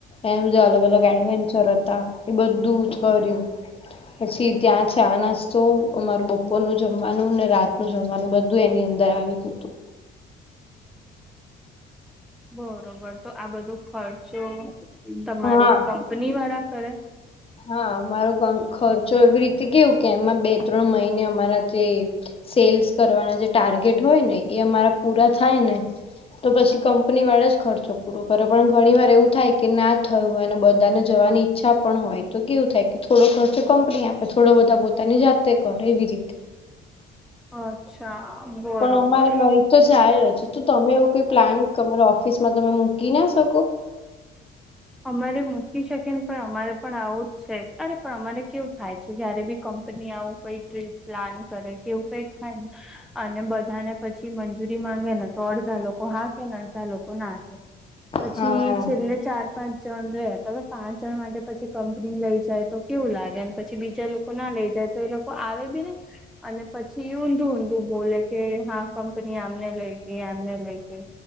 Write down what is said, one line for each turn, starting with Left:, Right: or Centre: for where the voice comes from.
Left: એમ જો અલગ અલગ એડવેન્ચર હતા એ બધું જ કર્યું પછી ત્યાં ચા નાસ્તો અમારું બપોરનું જમવાનું ને રાતનું જમવાનું બધું એની અંદર આવી ગયું હતું.
Centre: બરોબર તો આ બધું ખર્ચો તમારું
Left: હા
Centre: કં પની વાળા કરે?
Left: હા અમારો ખર્ચો એવી રીતે કેવું કે એમાં બે ત્રણ મહિને અમારા જે. સેલ્સ કરવાના જે ટાર્ગેટ હોય ને એ અમારા પૂરા થાય ને. તો પછી કંપની વાળા જ ખર્ચો પૂરો કર્યો પણ ઘણી વાર એવું થાય કે ના થયું અને બધાને જવાની ઈચ્છા પણ હોય તો કેવું થાય કે થોડો ખર્ચ કંપની આપે થોડો બધા પોતાની જાતે કરે એવી રીતે.
Centre: અચ્છા બરોબર.
Left: પણ અમારે લઈ તો જાય જ તો તમે એવો કોઈ પ્લાન તમારા ઓફિસમાં તમે મૂકી ના શકો.
Centre: અમારે મૂકી શકે ને પણ અમારે પણ આવું જ છે અરે પણ અમારે કેવું. થાય છે જયારે બી કંપની આવું કઈ ટ્રીપ પ્લાન કરે કેવું કઈ થાય અને બધા ને પછી મંજૂરી માંગે ને તો અડધા લોકો હા કે ને અડધા લોકો ના કે. પછી
Left: હા
Centre: છેલ્લે ચાર. પાંચ જણ રે તમે પાંચ જણ માટે પછી કંપની લઈ જાય તો કેવું લાગે પછી બીજા લોકો. ના લઈ જાય તો એ લોકો આવે બી નહી. અને પછી ઊંધું ઊંધું બોલે કે હા કંપની આમને લઈ ગઈ આમને લઈ. ગઈ